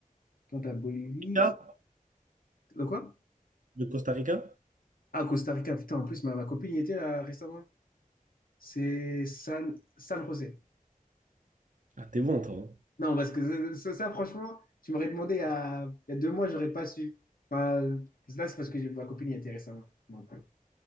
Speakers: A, on the left; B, on the right.
A: Quant à Bolivie,
B: Rica,
A: le quoi?
B: de Costa Rica?
A: Ah Costa Rica putain en plus ma, ma copine y était là récemment. C'est San San José.
B: Ah, t'es bon, toi. hein.
A: Non, parce que ça, ça- ça, franchement, tu m'aurais demandé il y a, il y a deux mois, j'aurais pas su. Enfin, là, c'est parce que j'ai- ma copine y était récemment. Donc, euh,